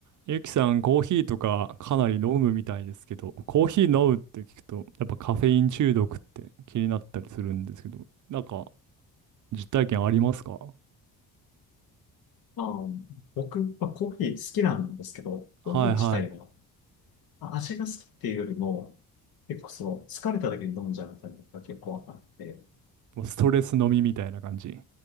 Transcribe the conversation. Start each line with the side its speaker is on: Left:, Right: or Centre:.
Right: ゆきさん、コーヒーとかかなり飲むみたいですけど、コーヒー飲むって聞くと、やっぱカフェイン中毒って気になったりするんですけど、なんか実体験ありますか
Left: ああ、僕、まあ、コーヒー好きなんですけど、
Right: はいは
Left: コーヒー自体が、まあ味が好きっていうよりも、結構そう、疲れた時に飲んじゃうみたいなのが結構あって、
Right: い。もうストレス飲みみたいな感じ。